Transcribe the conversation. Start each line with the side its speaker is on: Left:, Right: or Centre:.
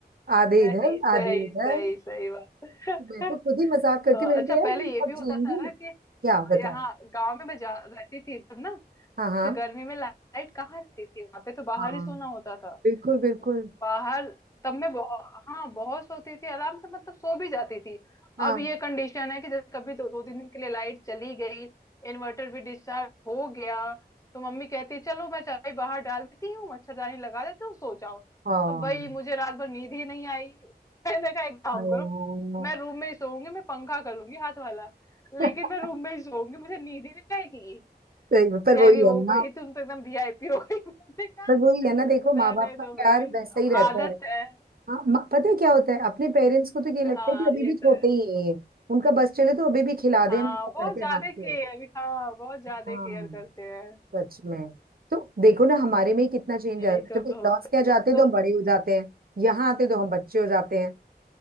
Right: आधे
Left: सही
Right: इधर
Left: सही
Right: आधे इधर
Left: सही सही बात
Right: मैं तो खुद ही मजाक करती
Left: अ,
Right: हूँ मैंने
Left: अच्छा
Right: कहा
Left: पहले
Right: यार हम सब
Left: ये भी होता
Right: जिएंगे
Left: था ना
Right: क्या
Left: कि
Right: बताओ
Left: यहाँ गांव में मैं जा रहती थी तब ना
Right: हाँ हाँ
Left: तो गर्मी में लाइट कहाँ रहती थी वहां पे तो बाहर
Right: हाँ
Left: ही सोना होता था
Right: बिल्कुल बिल्कुल
Left: बाहर तब मैं बहुत हाँ बहुत सोती थी आराम से मतलब सो भी जाती थी
Right: हाँ
Left: अब ये कंडीशन है कि जब कभी दो दो तीन दिन के लिए लाइट चली गई इन्वर्टर भी डिस्चार्ज हो गया तो मम्मी कहती है चलो मैं चाय बाहर डाल देती हूँ मच्छरदानी लगा देती हूँ सो जाओ
Right: हाँ
Left: अब भाई मुझे रात भर नींद ही नहीं आई मैंने कहा एक काम
Right: I know।
Left: करो मैं रूम में ही सोऊंगी मैं पंखा कर लूंगी हाथ वाला
Right: <laughs>
Left: लेकिन मैं रूम में ही सोऊंगी मुझे नींद ही नहीं आएगी
Right: सही में, पर
Left: कह
Right: वही
Left: रही हो
Right: है ना
Left: भाई तुम तो एकदम वीआईपी हो गई मैंने कहा
Right: पर वही है ना देखो
Left: रहने
Right: माँ बाप
Left: दो
Right: का प्यार
Left: भाई
Right: वैसा
Left: अब
Right: ही रहता
Left: आदत
Right: है
Left: है
Right: हाँ म- पता है क्या होता है अपने पेरेंट्स को तो ये लगता
Left: हाँ
Right: है कि अभी
Left: ये
Right: भी
Left: तो
Right: छोटे
Left: है
Right: ही हैं ये उनका बस चले तो अभी भी खिला दे
Left: हाँ
Right: हमें पकड़
Left: बहुत
Right: के
Left: ज्यादा
Right: हाथ से
Left: केयर हाँ बहुत ज्यादा
Right: हाँ
Left: केयर करते हैं
Right: सच में तो देखो ना हमारे में ही कितना चेंज
Left: यही
Right: आ जाता
Left: तो
Right: है जब
Left: होते
Right: लॉस क्या
Left: हैं
Right: जाते हैं
Left: तो
Right: तो हम बड़े हो जाते हैं यहाँ आते तो हम बच्चे हो जाते हैं